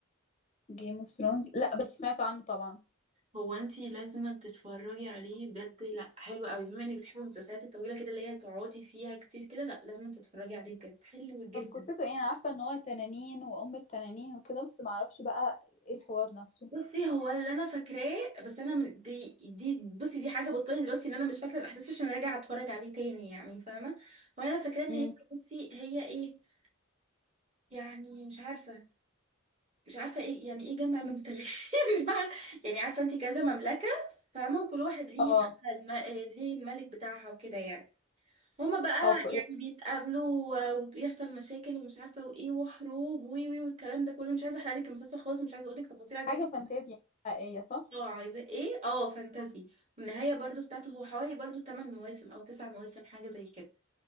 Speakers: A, on the left; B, on the right.
A: جيم اوف ثرونز لا بس سمعت عنه طبعا
B: هو انتي لازم تتفرجي عليه بجد لا حلو قوي بما انك بتحبي المسلسلات الطويلة كده اللي هي تقعدي فيها كتير كده لا لازم تتفرجي عليه بجد حلو جدا
A: طب قصته ايه انا عارفة ان هو تنانين وام التنانين وكده بس ما اعرفش بقى ايه الحوار نفسه
B: بصي هو اللي انا فاكراه بس انا من دي, دي بصي دي حاجه بسطاني دلوقتي ان انا مش فاكره الاحداث عشان راجعه اتفرج عليه تاني يعني فاهمه وانا فاكراه ان
A: امم
B: هي بصي هي ايه يعني مش عارفه مش عارفه ايه يعني ايه جمع ممتلكات <laughs> مش عارفه يعني عارفه انت كذا مملكه فاهمه وكل واحد ليه
A: اه
B: بقى الم... ليه الملك بتاعها وكده يعني هما بقى
A: اه كو- يعني
B: يعني بيتقابلوا و- وبيحصل مشاكل ومش عارفه وايه وحروب وي وي والكلام ده كله مش عايزه احرق لك المسلسل خالص مش عايزه اقول لك تفاصيل عايزاك
A: حاجة فانتازيا حقيقية صح
B: اه عايزه ايه اه فانتازي والنهايه برضو بتاعته هو حوالي برضو 8 مواسم او 9 مواسم حاجه زي كده